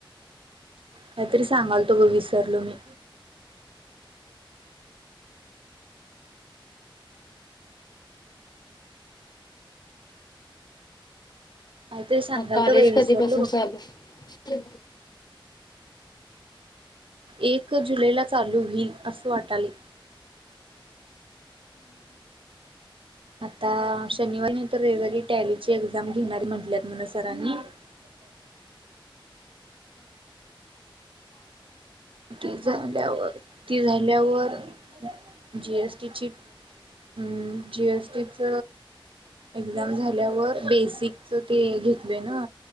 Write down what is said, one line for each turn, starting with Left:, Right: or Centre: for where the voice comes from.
Right: काहीतरी सांगलतो बघ विसरलो मी काहीतरी सांगालतो
Left: मग कॉलेज
Right: बाई विसरलो
Left: कधीपसून
Right: बघ
Left: चालू आहे
Right: एक जुलैला चालू होईल असे वाटलय आता शनिवारी नाही तर रविवारी टॅली ची एक्झाम घेणारी म्हटल्यात म्हणा सरांनी आवाज नाही ऐकू येत ती झाल्यावर ती झाल्यावर जीएसटीची हम् जीएसटीच एक्झाम झाल्यावर बेसिकच ते घेतलय ना